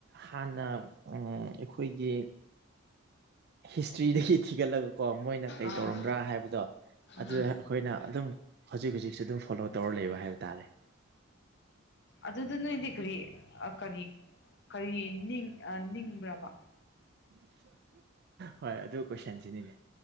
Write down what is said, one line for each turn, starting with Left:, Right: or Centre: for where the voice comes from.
Right: ꯍꯥꯟꯅ ꯑꯩꯈꯣꯏꯒꯤ ꯍꯤꯁꯇ꯭ꯔꯤꯗꯒꯤ ꯊꯤꯒꯠꯂꯕ ꯀꯣ ꯃꯣꯏꯅ ꯀꯩ
Left: ꯑꯥ
Right: ꯇꯧꯔꯝꯕ꯭ꯔꯥ ꯍꯥꯏꯕꯗꯣ
Left: ꯎꯝ
Right: ꯑꯗꯨꯗ ꯑꯩꯈꯣꯏꯅ ꯑꯗꯨꯝ ꯍꯧꯖꯤꯛ ꯍꯧꯖꯤꯛꯁꯨ ꯑꯗꯨꯝ ꯐꯣꯂꯣ ꯇꯧꯔ ꯂꯩꯕ ꯍꯥꯏꯕ ꯇꯥꯔꯦ
Left: ꯑꯗꯨꯗ ꯅꯣꯏꯗꯤ ꯀ꯭ꯔꯤ ꯀꯔꯤ ꯀꯔꯤ ꯅꯤꯡ ꯅꯤꯡꯕ꯭ꯔꯕ
Right: ꯍꯣꯏ ꯑꯗꯨ ꯀꯣꯏꯁꯟꯁꯤꯅꯤꯅꯦ